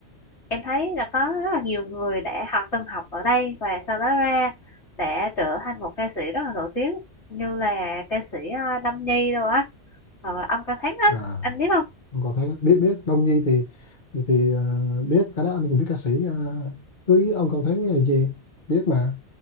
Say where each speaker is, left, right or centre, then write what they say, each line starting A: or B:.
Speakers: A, on the left (about 75°); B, on the left (about 45°).
A: em thấy là có rất là nhiều người đã học từng học ở đây và sau đó ra đã trở thành một ca sĩ rất là nổi tiếng như là ca sĩ ờ, Đâm Nhi đâu á, hoặc là ông Cao Thắng á,
B: À,
A: anh biết không?
B: không có thấy biết biết Đông Nhi thì thì, thì à, biết cái đó anh cũng biết ca sĩ à, cưới ông Cao Thắng hay gì biết mà